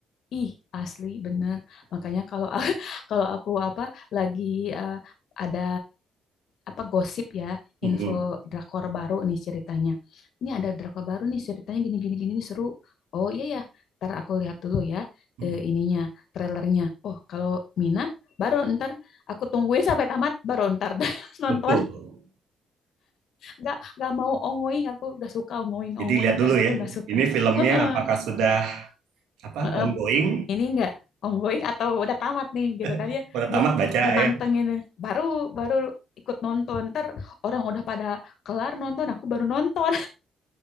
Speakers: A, on the left; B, on the right.
A: Ih, asli bener. Makanya kalau <laughs> kalau aku apa lagi eh, ada apa gosip ya
B: Mm-mm.
A: info drakor baru nih ceritanya ini ada drakor baru nih ceritanya gini gini gini nih seru oh iya ya ntar aku lihat dulu ya
B: Mm-mm.
A: eh, ininya trailernya oh kalau minat baru ntar aku tungguin sampai tamat baru ntar <laughs> nonton
B: Betul.
A: nggak nggak mau ongoing aku nggak suka ongoing
B: Jadi
A: ongoing
B: lihat dulu
A: kayak gitu
B: ya,
A: nggak suka
B: ini filmnya
A: Heeh.
B: apakah sudah apa
A: Heeh,
B: ongoing
A: ini enggak ongoing atau udah tamat nih gitu
B: <laughs>
A: kan ya
B: udah tamat
A: di
B: baca
A: dimantengin
B: ya
A: baru baru ikut nonton ntar orang udah pada kelar nonton aku baru nonton